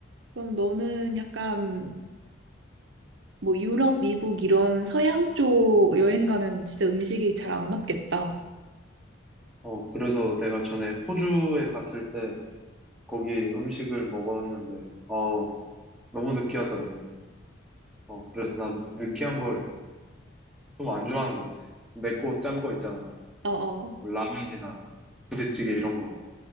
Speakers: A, on the right; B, in the centre.
A: 그럼 너는 약간 뭐 유럽, 미국 이런 서양 쪽 여행 가면 진짜 음식이 잘 안 맞겠다.
B: 어, 그래서 내가 전에 호주에 갔을 때 거기 음식을 먹었는데, 어, 너무 느끼하더라고. 어, 그래서 나 느끼한 걸 좀 안 좋아하는 것 같아. 맵고 짠 거 있잖아.
A: 어어.
B: 뭐 라면이나 부대찌개 이런 거.